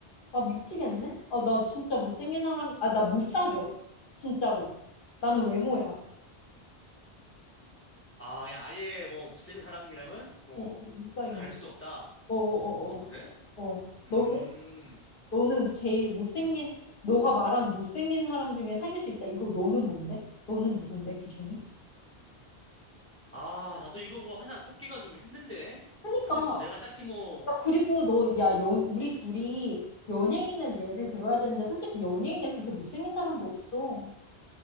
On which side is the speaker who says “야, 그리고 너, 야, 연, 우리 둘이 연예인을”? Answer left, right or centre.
Left